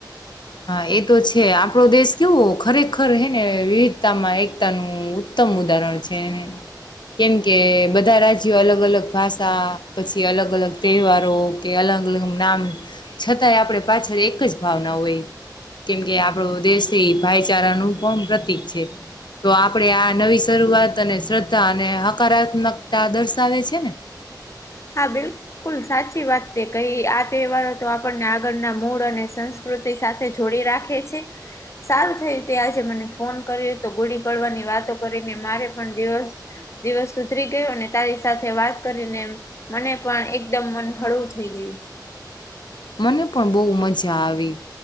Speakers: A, on the left (about 85°); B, on the left (about 40°).
A: હા એ તો છે આપડો દેશ કેવો ખરેખર હે ને વિવિધતા માં એકતાનું ઉત્ત સમ ઉદહરણ છે. કેમ કે બધા રાજ્યો અલગ અલગ ભાષા પછી અલગ અલગ તહેવારો કે અલગ અલલ નામ છતાંય આપણે પાછળ એક જ ભાવના હોય. કેમ કે આપડો દેશથી ભાઈચારાનું પણ પ્રતીિક છે. તો આપણેે આ નવી શરૂઆત અને શ્રદ્ધા અને હકારાત્મકતા દર્શાવે છે ને.
B: <inaudible> હા બિલકુલ સાચી વાત છે કઈ આ તહેવારો તો આપણને આગળના મૂળ અને સંસ્કૃત. સાથે જોડી રાખે છે. સારું થય તે આજે મને ફોન કર્યો તો ગોડી પડવાની વાતો કરીને મારે પણ દિવસ દિવસ ઉધરી ગયો અને તારી સાથે વાત કરીને મને પણ એકદમ મન હળવું થઈ ગયું.
A: મને પણ બહુ મજા આવી.